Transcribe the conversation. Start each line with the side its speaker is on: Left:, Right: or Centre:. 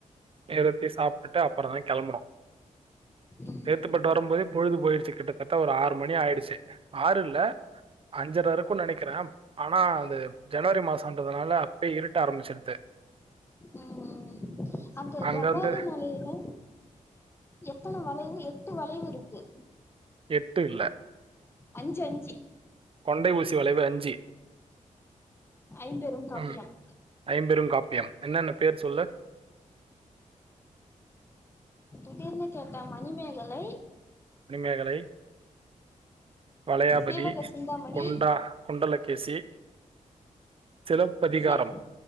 Right: நிறுத்தி சாப்ட்டுட்டு அப்பரோதா கிளம்புனோ
Left: ம்
Right: சேத்துப்பட்டு வரு போதே பொழுது போயிடுச்சு கிட்டத்த ஒரு ஆறு மணி ஆயிடுச்சு ஆறுயில்ல அஞ்சர இருக்கும் நெனக்கற ஆனா அது ஜனவரி மாசோன்றதுனால அப்யே இருட்ட ஆரம்பிச்சிருது
Left: ம் ம் ம் அந்த
Right: அங்க
Left: ஜவ்வாது
Right: இருந்து
Left: மலையில்ல எத்தன வளைவு எட்டு வளைவு இருக்கு
Right: எட்டு இல்ல
Left: அஞ்சு அஞ்சு
Right: கொண்டை ஊசி வளைவு அஞ்சு
Left: ஐம்பெருங் காப்பியம்
Right: ம் ஐம்பெரும் காப்பியம் என்னன்ன பேர் சொல்லு
Left: தீடீர்னு கேட்டா மணிமேகலை
Right: மணிமேகலை வளயாபதி
Left: சீவக சிந்தாமணி
Right: குண்டா குண்டலக்கேசி சிலப்பதிகாரம்
Left: சிவ்